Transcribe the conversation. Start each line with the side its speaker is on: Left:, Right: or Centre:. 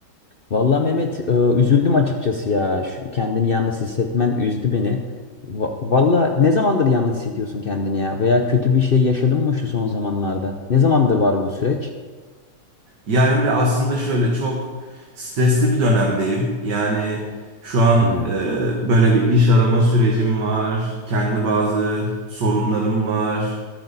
Left: Vallahi Mehmet e, üzüldüm açıkçası ya. Şu, kendini yalnız hissetmen üzdü beni. Va Valla ne zamandır yalnız hissediyorsun kendini ya? Veya kötü bir şey yaşadın mı şu son zamanlarda? Ne zamandır var bu süreç?
Right: Ya Emre aslında şöyle çok stresli bir dönemdeyim. Yani şu an
Left: Evet,
Right: e, böyle bir iş arama sürecim var. Kendi bazı sorunlarım var.